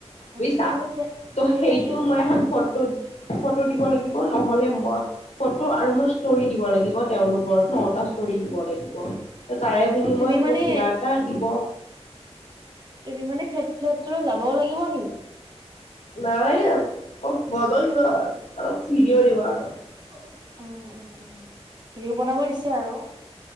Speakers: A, on the left; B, on the right.
A: বুজিছা
B: তুমি মানে ফ্লে
A: ত'
B: তুমি
A: সেইটো
B: মানে ফ্লে
A: মই এখন ফটো ফটো দিব লাগিব নহলে মই ফটো আৰু মই ষ্টৰি দিব লাগিব তেওঁলোকৰ নটা ষ্টৰি দিব লাগিব। ত তাৰে বিনিময়ত
B: অ তুমি মানে
A: মোক কিবা এটা দিব।
B: তুমি মানে ফেট ফ্লেট চলৈ যাব লাগিব নি।
A: নাই বাৰু নিউ অলপ সদো দিব আৰু অলপ ফিৰিও দিবা আৰু
B: উফহ্ উম, উম, উম, হেৰিও বনাব দিছে আৰু